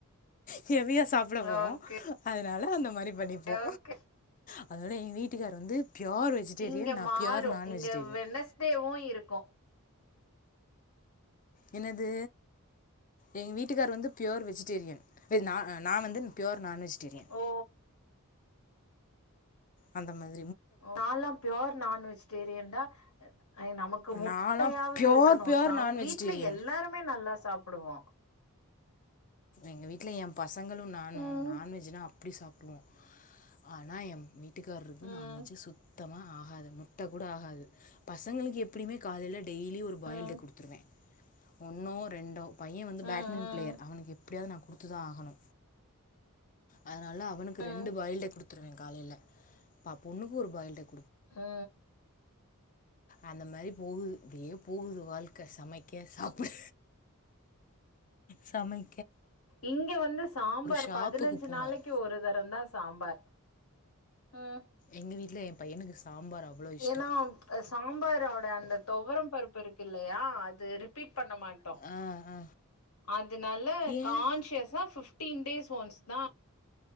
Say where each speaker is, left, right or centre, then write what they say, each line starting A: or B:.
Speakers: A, on the left; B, on the left.
A: ஹெவியா சாப்ட போறோ
B: ஓகே
A: அதனால அந்த மாரி பண்ணிபோ
B: ஓகே
A: அதனால எங்க வீட்டுக்கார் வந்து ப்யூர் வெஜிடேரியன்
B: இங்க
A: நா
B: மாறு
A: ப்யூர் நான்
B: இங்க
A: வெஜிடேரியன்
B: வெனஸ்டேவு இருக்கு
A: என்னது எங்க வீட்டுக்கார் வந்து பியூர் வெஜிடேரியன் ஏ நா நா வந்து பியோர் நான்வெஜ் டேரியன்
B: ஓ
A: அந்த மாரி
B: நான்ல்லா பியோர் நான் வெஜிடேரியன் தா நமக்கு முட்டையாவது
A: நான்லாம் பியோர்
B: இருக்கணு
A: பியோர்
B: சாமி
A: நான் வெஜிடேரியன்
B: வீட்டுல எல்லாருமே நல்லா சாப்புடுவோ
A: எங்க வீட்டுல ஏ பசங்களு நானு
B: ம்
A: நான்வெஜ்னா அப்டி சாப்டுவோ ஆனா ஏ மீ வீட்டுக்காரருக்கு
B: ம்
A: நான்வெஜ்ஜு சுத்தமா ஆ அது முட்ட கூட ஆகாது பசங்களுக்கு எப்டிமே காலைல டெய்லி ஒரு பாயில்டு
B: ம்
A: எக் குடுத்துருவே ஒன்னோ ரெண்டோ பைய வந்து
B: ம் ம்
A: பேட்மின் பிளேயர் அவனுக்கு எப் எப்டியாது நா குடுத்துதா ஆகணு அதனால அவனுக்கு
B: ம்
A: ரெண்டு பாயில்டு எக் குடுத்துருவே காலைல பா பொண்ணுகொரு பாயில்டு எக்
B: ஆ
A: அந்த மாரி போகுது இப்டே போகுது வாழ்க்க சமைக்க சாப்ட சமை
B: இங்க வந்து சாம்பார்
A: ஷாப்புக்கு
B: பதினஞ்சு
A: போனோம்
B: நாளைக்கு ஒரு தரந்தா சாம்பார் உம்
A: எங்க வீட்டுல எ பையனுக்கு சாம்பார் அவ்ளோ இஷ்டம்.
B: ஏனாப் அ சாம்பாரோட அந்த தொவரம் பருப்பு இருக்கில்லையா அ து ரிப்பீட் பண்ண மாட்டோ
A: ஆ ஆ
B: அதுனால
A: ஏன்?
B: கான்சியஸா பிப் டீன் டேஸ் ஒன்ஸ்தா